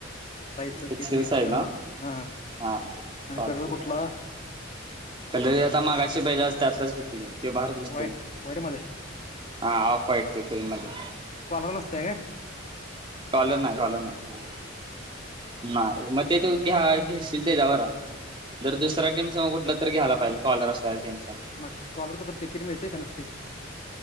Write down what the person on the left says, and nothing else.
साईजचं
किट मिळते
का
बघ हा
आणि
कलर कुठला?
व्हाईट व्हाईट मध्ये.
कॉलर नसतय काय
किट
म तिकीट मिळते का नंसटय